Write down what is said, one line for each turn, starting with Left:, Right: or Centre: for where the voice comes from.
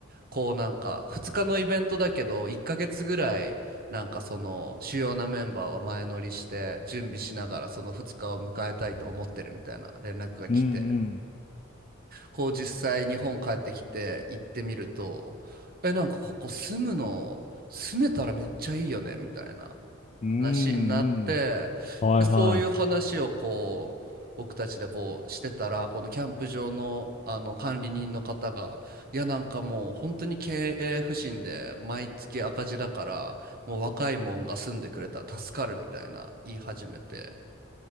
Right: こうなんか2日のイベントだけど、1ヶ月ぐらい、なんかその主要なメンバーは前乗りして準備しながらその2日を迎えたいと思ってるみたいな連絡が来て。
Left: うん、
Right: こう実際日本帰ってきて行ってみると、え、なんかここ住むの、住めたらめっちゃいいよね、みたいな
Left: うん、
Right: 話になって、
Left: うん、うんはいはい。
Right: で、そういう話をこう、僕たちでこうしてたら、このキャンプ場の、あの管理人の方が、いやなんかもう本当に経営不振で毎月赤字だから、もう若いもんが住んでくれたら助かるみたいな言い始めて、